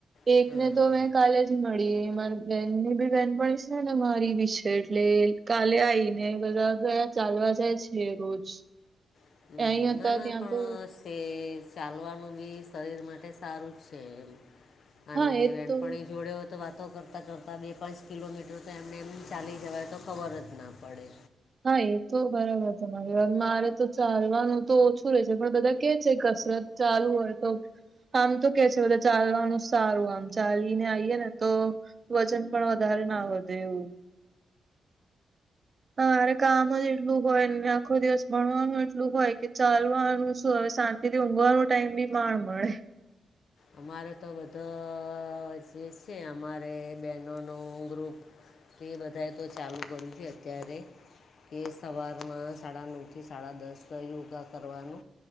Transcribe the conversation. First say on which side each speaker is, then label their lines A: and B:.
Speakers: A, on the left; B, on the right.
A: હા
B: એકને
A: હા
B: તો
A: હમ
B: મેં કાલે જ મળી મારી બેન ની બેનપણી છે ને મારી બી છે એટલે. કાલે આવીઈને બધા ઘ ચાલવા જાય છે રોજ.
A: હમ.
B: અહીં હતા
A: ના ના
B: ત્યાં
A: પણ
B: તો
A: ચાલવાનું બી શરીર માટે સારું જ છે એમ. અને
B: હા એ
A: વેનપણી
B: તો
A: જોડ્યો તો વાત. તો કરતાં કરતાં બે પાંચ કિલોમીટર તો એમને એમ ચાલી જવાય તો ખબર જ ના પડે.
B: હા એ તો બરાબર તમારી મારે તો ચાલવાનું તો. તુરે છે પણ બધા કે છે કસરત ચાલુ હોય તો. આમ તો કે છે બધા ચાલવાનું સારું આમ ચાલીને આઈએ ને તો. વજન પણ વધારે ના વધે એવું મારે કામ જ એટલું હોય આખો દિવસ ભણવાનું એટલું હોય કે ચાલવાનું શું હવે શાંતિ. તેથી ઊઘવાનો ટાઈમ બી માણ મળે.
A: અમારે તો બધા જે છે અમારે બહેનોનો ગુપ. તો એ બધાએ તો ચાલુ કર્યું છે અત્યારે. કે સવારમાં સાડા નવથી સાડા દસ યોગા કરવાનો‌.